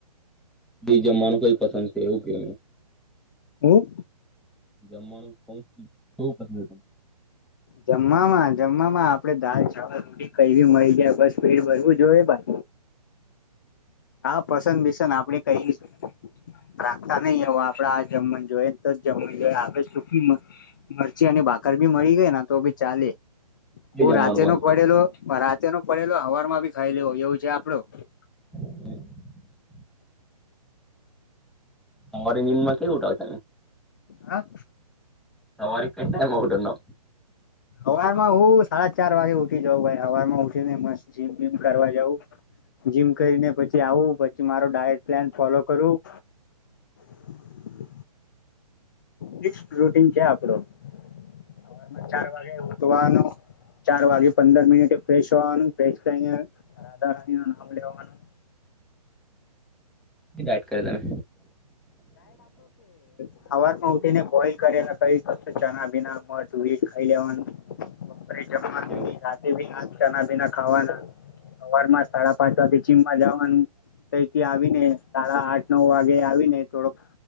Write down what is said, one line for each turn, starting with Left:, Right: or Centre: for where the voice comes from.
Centre: બી જમવાનું કઈ પસંદ છે એવું કે
Left: હું
Centre: જમવાનું હોવ પસ તને?
Left: જમવામાં જમવામાં આપણેે દાલ ચાવલ રોટી કઈ બી મળી જાય બસ ભેડ ભરવું જોઈએ. હા પસંદ ભિસંદ આપડે કઈશ. રાખતા નહી હવે આપડે આ જમવા જોઈએને તો જ જમવાનું જોયએ આપડે સુખી મરચી અને ભાકર ભી મળી ગઈ તો ભી ચાલે.
Centre: બે
Left: હું
Centre: જમવાનું
Left: રાતેે
Centre: પસંદ
Left: નો પડેલો રાતેે નો પડેલો હવાર માં ભી ખાઈ લે એવું છે આપડું.
Centre: <inaudible> અમારી <unintelligible> કેયુ
Left: <inaudible> હા.
Centre: સવારી <unintelligible>
Left: સવારમાં હું સાડા ચાર વાગે ઉઠી જાઉ સવારમાં ઉઠી મસ્ત જીમમ કરવાઉ જીમ કરી પી આવું પ મારો ડાયટ પ્લાન ફોલો કરું ફિક્સ પ્રોટીન છે આપડું. હવારમાં ચાર વાગે હવાનું ચાર વાગે પંદર મિનિટે ફ્રેશ હોવાનું ફેશ થઈને રાધા રાણી નું નાવ લેવાનું.
Centre: ગાઈડ કર તમે?
Left: સવાર માં ઉઠીને બોઈલ કરેલા ખાલી ફક્ત ચણા બીના મટ ખાઈ લેવાનુંપરે જમવાનું
Centre: એવું
Left: રાી ચણા બીના ખાવાના સવારમાં સાડા પાંચ વાગે જીમમાં જવાનું તથી આવીને સાડા આઠ નવ વાગે આવીને થોડોક